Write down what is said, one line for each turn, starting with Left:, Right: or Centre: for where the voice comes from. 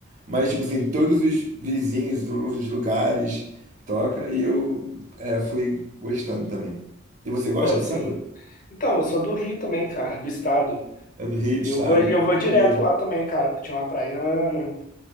Right: mas tipo assim, todos os vizinhos, todos os lugares toca e eu é, fui gostando também. E você gosta
Left: Pô, assim.
Right: de samba?
Left: Então, eu sou do Rio também, cara, do estado.
Right: É do Rio,
Left: E
Right: do estado?
Left: eu vou, eu
Right: Ah,
Left: vou
Right: que
Left: direto
Right: maneiro.
Left: lá também, cara, curtir uma praiana,